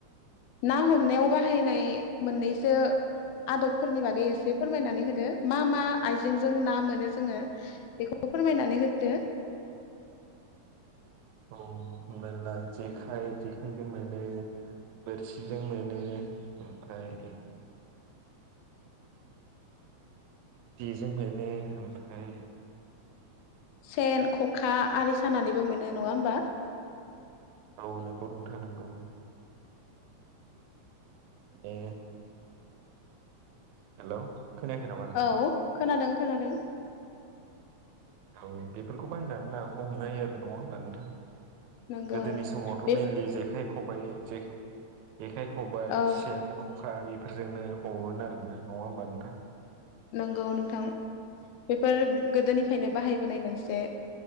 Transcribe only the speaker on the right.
औ हमनानै ला जेखाय जेखाइजों मोनो बोरसिजों मोनो ओमफ्राय जेजों मोनो ओमफ्राय
औ नंगौ नोंथां नंगौ दे। हेलौ खोनायाखै नामा नोंथां
औ बेफोरखौ बायनानै ना हमनो हायो आरो नङा होमबा नोंथां?
गोदोनि समावथ
मेनलि जेखाय खबाय जे जेखाइ खबाइ
सेन खखा बे फोरजोंनो हमोमोन आरो ना नङा होमबा नोंथां।